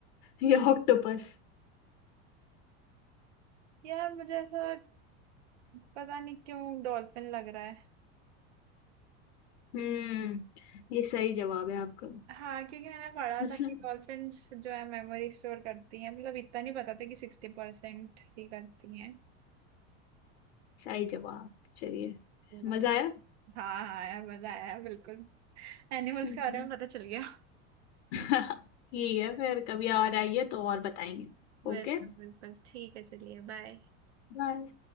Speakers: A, on the left; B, on the right.
A: <laughs> या ऑक्टोपस
B: यार मुझे ऐसा पता नहीं क्यों डॉल्फिन लग रहा है
A: हम्म ये सही जवाब है आपका
B: हाँ क्योंकि मैंने पढ़ा
A: <laughs>
B: था कि
A: हम्म,
B: डॉल्फिन्स जो है मेमोरी स्टोर करती हैं मतलब इतना नहीं पता था कि सिक्सटी परसेंट ही करती हैं
A: सही जवाब चलिए
B: वाह।
A: मजा आया
B: हाँ हाँ यार मजा आया बिल्कुल एनिमल्स
A: हम्म।
B: के बारे में पता चल गया
A: <laughs> ठीक है फिर कभी और आइए तो और बताएंगे
B: बिल्कुल
A: ओके
B: बिल्कुल ठीक है चलिए बाय
A: बाय